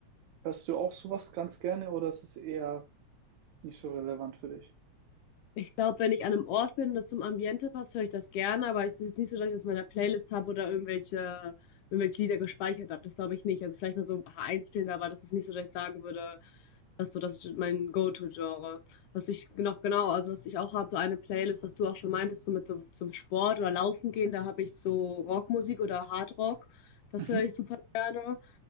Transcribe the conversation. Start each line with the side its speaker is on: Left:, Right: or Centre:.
Right: Hörst du auch sowas ganz gerne oder ist es eher nicht so relevant für dich?
Left: Ich glaube, wenn ich an einem Ort bin und das zum Ambiente passt, höre ich das gerne, aber es ist jetzt nicht so, dass ich das in meiner Playlist habe oder irgendwelche, irgendwelche Lieder gespeichert habe. Das glaube ich nicht. Also vielleicht mal so ein paar einzelne, aber das ist nicht so, dass ich sagen würde, das so, das ist mein Go-To-Genre. Was ich noch genau, also was ich auch habe, so eine Playlist, was du auch schon meintest, so mit so, zum Sport oder Laufen gehen, da habe ich so Rockmusik oder Hardrock. Das
Right: Mhm.
Left: höre ich super gerne.